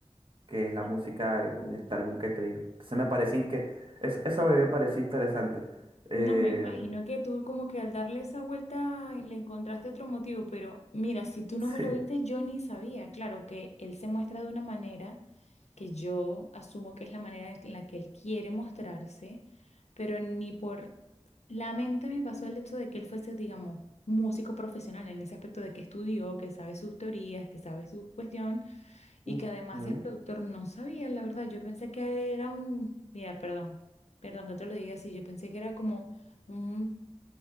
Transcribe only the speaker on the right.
que es la
música
de de este álbum que te digo. Entonces me parece in- que es- eso me pareció interesante. Eh,
<laughs>
sí.
Mm,
mm.